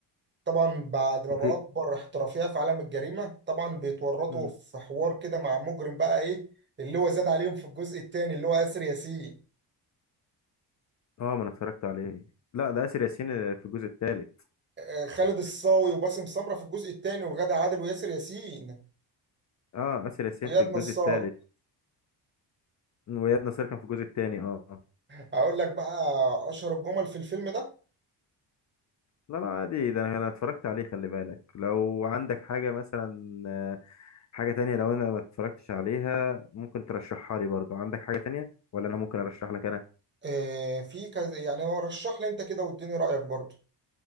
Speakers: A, on the right; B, on the left.
A: طبعا بعد ما
B: وفي
A: بقى اكبر احترافيه في عالم الجريمه طبعا بيتورطوا
B: مم.
A: في حوار كده مع مجرم بقى ايه اللي هو زاد عليهم في الجزء الثاني اللي هو ياسر ياسين
B: اه ما انا اتفرجت عليه لا ده اسر ياسين آه، في الجزء التالت
A: آه، خالد الصاوي وباسم سمره في الجزء الثاني وغادة عادل وياسر ياسين
B: اه آسر ياسين
A: وإياد
B: في الجزء
A: نصار
B: الثالث وإياد نصار كان في الجزء الثاني اه آه.
A: هقول لك بقى اشهر الجمل في الفيلم ده
B: لا لا عادي ده انا أنا اتفرجت عليه خلي بالك لو عندك حاجة مثلا آه، حاجة تانية لو انا ما اتفرجتش عليها ممكن ترشحها لي برضو عندك حاجة تانية ولا انا ممكن ارشح لك انا
A: آه، في كذا يعني هو رشح لي انت كده واديني رايك برضه